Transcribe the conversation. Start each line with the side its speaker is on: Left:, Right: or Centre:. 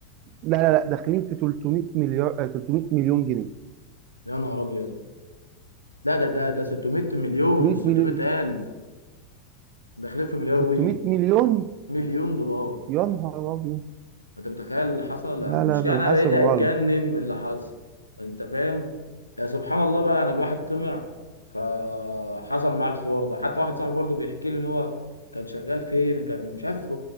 Right: لا لا لا داخلين في 300 مليار آه، 300 مليون جنيه
Left: يا نهار ابيض لا ده ده ده 600 مليون
Right: 300
Left: مش 600
Right: مليون
Left: الف داخلين في مليار
Right: 600
Left: وي
Right: مليون
Left: مليون دولار
Right: يا نهار أبيض
Left: انت متخيل اللي حصل
Right: لا
Left: يعني المشكله
Right: لا ده أنا
Left: انا
Right: حاسب
Left: بقيت
Right: غلط
Left: اتجنن من اللي حصل انت فاهم يا سبحان الله بقى انا الواحد طمع فحصل معاه الحوار ده حتى واحد صاحبي برضه بيحكي لي ان هو كان شغال فين كان مش عارف